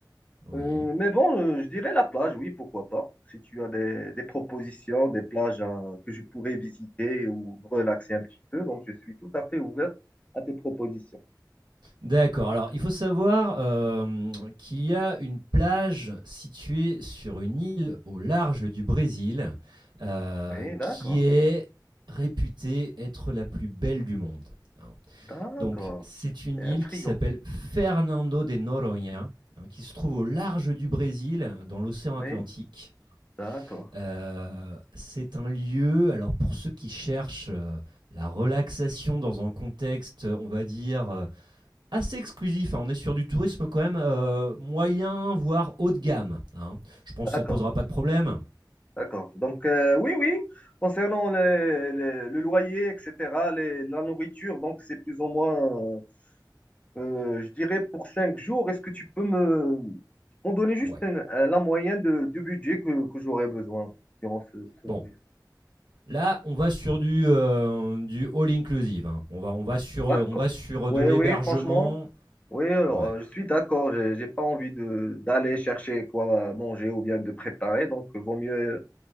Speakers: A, on the right; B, on the left.
A: Oui.
B: Euh, mais bon, euh, je dirais la plage, oui, pourquoi pas. Si tu as des, des propositions, des plages hein, que je pourrais visiter ou me relaxer un petit peu, donc je suis tout à fait ouvert à tes propositions.
A: D'accord. Alors, il faut savoir, hem, qu'il y a une plage située sur une île au large du Brésil, heu,
B: Oui, d'accord,
A: qui est réputée être la plus belle du monde, hein.
B: d'accord.
A: Donc c'est une
B: C'est
A: île
B: intriguant.
A: qui s'appelle Fernando de Noronha, hein, qui se trouve au large du Brésil, dans l'océan
B: Oui,
A: Atlantique.
B: d'accord,
A: Heu, c'est un lieu alors pour ceux qui cherchent, heu, la relaxation dans un contexte, on va dire, euh, assez exclusif. hein. On est sur du tourisme quand même euh, moyen, voire haut de gamme. hein. Je pense que
B: d'accord,
A: ça ne te posera pas de problème.
B: d'accord. Donc, euh, oui, oui, concernant les- les- le loyer, etc., les- la nourriture, donc c'est plus ou moins euh, Euh, je dirais pour cinq jours, est-ce que tu peux me m'en donner juste
A: Ouais.
B: un- un- la moyenne de, du budget que, que j'aurais besoin durant ce, ce
A: Bon.
B: voyage?
A: Là, on va sur du, euh, du all inclusive. hein. On, va, on, va sur, on
B: D'accord.
A: va sur
B: Oui,
A: de l'hébergement.
B: oui, franchement, oui, alors,
A: Ouais.
B: euh, je suis d'accord. J'ai, j'ai pas envie de d'aller chercher quoi à manger ou bien de préparer, donc euh, vaut mieux